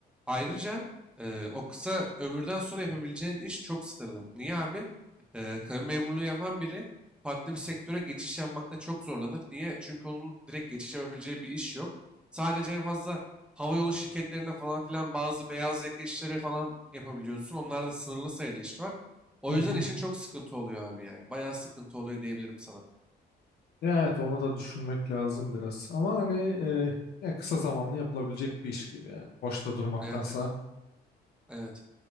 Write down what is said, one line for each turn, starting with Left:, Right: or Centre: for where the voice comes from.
Centre: Ayrıca e, o kısa ömürden sonra yapabileceğin iş çok sınırlı. Niye abi? Ee, kamu memurluğu yapan biri farklı bir sektöre geçiş yapmakta çok zorlanır. Niye? Çünkü onun direkt geçiş yapabileceği bir iş yok. Sadece en fazla havayolu şirketlerine falan filan bazı beyaz yaka işleri falan yapabiliyorsun. Onlarda sınırlı sayıda iş var. O
Left: Hı hı.
Centre: yüzden işin çok sıkıntı oluyor abi yani. Bayağı sıkıntı oluyor diyebilirim sana.
Left: Ya Evet onu da düşünmek lazım biraz. Ama hani e, ya kısa zamanlı yapılabilecek bir iş gibi yani. Boşta durmaktansa.
Centre: Evet evet evet.